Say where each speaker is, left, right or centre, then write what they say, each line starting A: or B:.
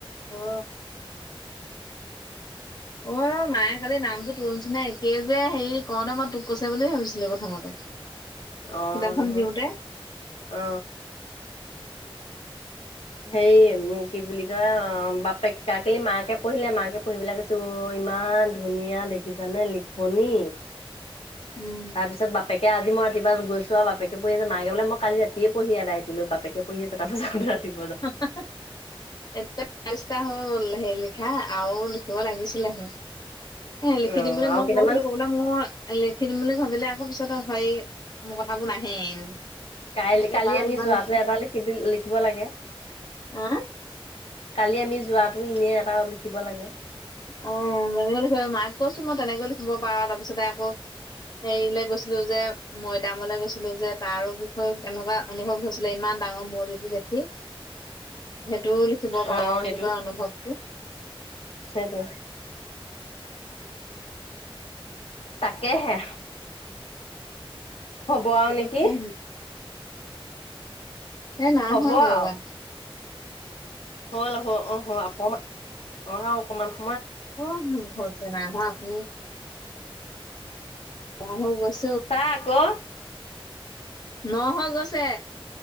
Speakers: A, on the left (about 45°); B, on the left (about 90°).
A: অ অ মায়ে কালি নামটো তোনিচিনাই একেই যে হেৰি কওঁতে মই তোক কৈছে বুলি ভাবিছিলো প্ৰথমতে
B: অ
A: কিতাপখন
B: নহয়
A: দিওঁতে
B: অ হেৰি কি বুলি কয় বাপেক কাকেলি মাকে পঢ়িলে মাকে পঢ়িবলৈ কৈছে অ ইমান ধুনীয়া দেখিছানে লিখনি
A: উম
B: তাৰপিছত বাপেকে আজি মই কিবা গৈছো আৰু বাপেকে পঢ়ি আছে মাকে বলে মই কালি ৰাতিয়ে পঢ়ি এদাই কৰিলো <unintelligible> বেপেকে পঢ়ি আছে তাৰ <unintelligible> পৰাওঁতে ৰাতি
A: এ ৰাচ্তা <unintelligible> 'ল হে লিখা আৰু লিখিব লাগিছিলেহে এ লিখি
B: অ
A: দিম বুলি
B: আৰু
A: মই
B: কেইটামান
A: কৈছিলো কবলে মোৰ লিখি দিম বুলি ভাবিলে পিছত হয় মোৰ কথাবোৰ নাহে এনেই
B: কাই কালি
A: এবাৰ
B: আমি
A: ইমান
B: যোৱাটো
A: লিখি
B: এবাৰ লিখিব লিখিব লাগে
A: আহ
B: কালি আমি যোৱাটো এনে এটা লিখিব লাগে
A: অ তেনে ল মাক কৈছো মই তেনেকৈ লিখিব পাৰো তাৰপিছতে আকৌ হেৰিলৈ গৈছিলো যে মৈদামলৈ গৈছিলো যে তাৰো বিষয়ে কেনেকুৱা অনুভৱ হৈছিলে ইমান ডাঙৰ মূৰ্তিটো দেখি সেইটোও লিখিব পাৰ
B: অ
A: বুলি
B: সেইটো
A: তই অনুভৱটো
B: সেইটো তাকেহে হ'ব আৰু নেকি
A: তাকে এ নাই
B: হ'ব
A: হোৱা বাবা
B: আৰু হল হ অ আকমান অহা অকমান স
A: ক'ত নো হৈ চনাই হোৱা আঁচনি। অন হৈ গৈছ
B: চা আকৌ।
A: ন হৈ গৈছে,